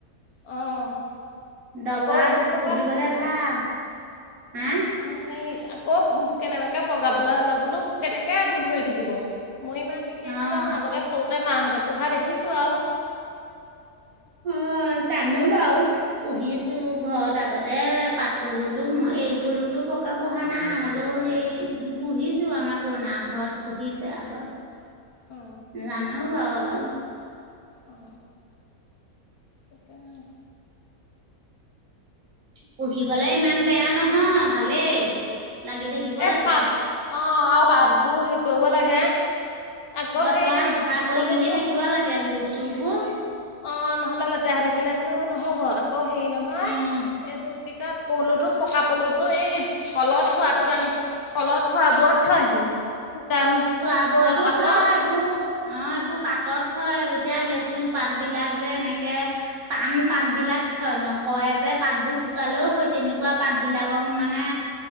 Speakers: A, on the left; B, on the right.
A: অহ,
B: ডলাত
A: আকৌ এইবোৰ ক
B: পুহিবলে
A: পা হেৰি কৰি থাকিব,
B: ভাল হা
A: উম। মানে আকৌ কেনেবাকে বগাবলে হ'লে বোলো - কেনেকে এইবোৰ ধৰি থাকিব, মই ইমান বিশেষ
B: অ
A: নাজানো আগতে সৰুতে মাহঁতে পোহা দেখিছো আও।
B: মই জানো বাৰু। পুহিছো ঘৰত আগতে পাট পলুটো মই এৰি পলুটো পকা পোহা নাই হ'লেও সেই পুহিছো আমাৰ পুৰণা ঘৰত পুহিছে আগৰ।
A: অ
B: জানো বাও অল
A: অ তাকেই আও।
B: পুহিবলে ইমান বেয়া নহয় ভালেই লাগি থাকিব
A: এই
B: লাগে।
A: পাত অ আৰু পাতবোৰ হেৰি কৰিব লাগে। আকৌ
B: অ
A: সেই
B: তই আৰু চফা কৰি
A: পলুটো
B: মেলি থাকিব লাগে গু চু বো
A: অ নহলে লেতেৰা থাকিলে হেনো নহব আকৌ হেৰি নহয়
B: উম
A: এটো কি কয় পৌলুটো পকা পলুটো এই কলত থোৱাটোত আনি কলত থোৱাবোৰত থয়হি শুকান
B: থোৱাবোৰোতো
A: কলপাতৰ
B: থয় এইবো অ এইবোৰ পাতত থয় এতিয়া লেচু পাত বিলাক যে এনেকে টান পাত বিলাক থয় নসৰে যে পাতবোৰ শুকালেও হয় তেনেকুৱা পাত বিলাকক মানে